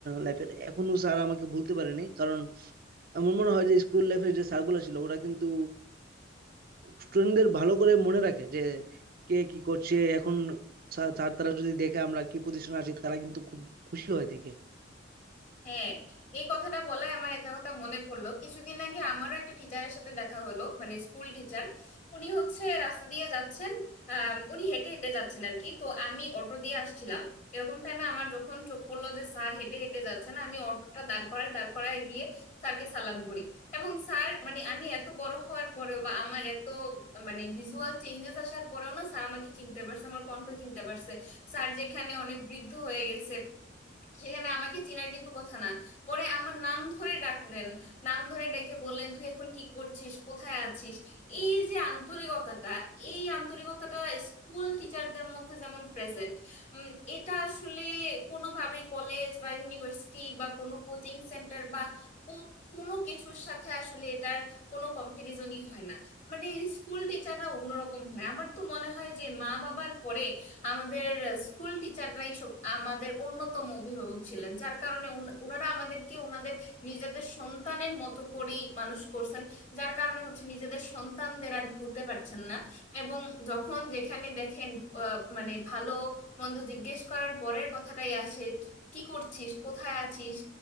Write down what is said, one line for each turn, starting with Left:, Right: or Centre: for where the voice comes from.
Right: লাইফের এখনো স্যার আমাকে ভুলতে পারেনি কারণ আমার মনে হয় যে স্কুল লাইফের যে স্যারগুলো ছিল ওরা কিন্তু স্টুডেন্টদের ভালো করে মনে রাখে যে কে কি করছে এখন স্যার তারা যদি দেখে আমরা কি পজিশন আছি তারা কিন্তু খুব খুশি হয় দেখে
Left: হ্যাঁ এই কথাটা বলায় আমার একটা কথা মনে পড়লো কিছুদিন আগে আমারও একটা টিচারের সাথে দেখা হলো মানে স্কুল টিচার উনি হচ্ছে রাস্তা দিয়ে যাচ্ছেন আম, উনি হেঁটে হেঁটে যাচ্ছেন আর কি তো আমি অটো দিয়ে আসছিলাম এরকম টাইমে আমার যখন চোখ পড়লো যে স্যার হেঁটে হেঁটে যাচ্ছেন আমি অটোটা দাঁড় করায় দাঁড় করায় গিয়ে স্যারকে সালাম করি এবং স্যার মানে আমি এত বড় হওয়ার পরেও বা আমার এত মানে ভিজুয়াল চেঞ্জেস আসার পরেও না স্যার আমাকে চিনতে পারছে আমার কণ্ঠ চিনতে পারছে স্যার যেখানে অনেক বৃদ্ধ হয়ে গেছে সেখানে আমাকে চিনার কিন্তু কথা না পরে আমার নাম ধরে ডাকলেন নাম ধরে ডেকে বললেন তুই এখন কি করছিস কোথায় আছিস এই যে আন্তরিকতাটা এই আন্তরিকতাটা স্কুল টিচারদের মধ্যে যেমন প্রেজেন্ট এটা আসলে কোনোভাবেই কলেজ বা ইউনিভার্সিটি বা কোনো কোচিং সেন্টার বা কো- কোনো কিছুর সাথে আসলে এটার কোনো কম্পারিজনই হয় না মানে স্কুল টিচাররা অন্যরকম হয় আমার তো মনে হয় যে মা বাবার পরে আমাদের স্কুল টিচাররাই সব আমাদের অন্যতম অভিভাবক ছিলেন যার কারণে উন- ওনারা আমাদেরকে ওনাদের নিজেদের সন্তানের মতো করেই মানুষ করছেন যার কারণে হচ্ছে নিজেদের সন্তানদের আর ভুলতে পারছেন না এবং যখন যেখানে দেখেন আহ, মানে ভালো মন্দ জিজ্ঞেস করার পরের কথাটাই আসে কি কি করছিস কোথায় আছিস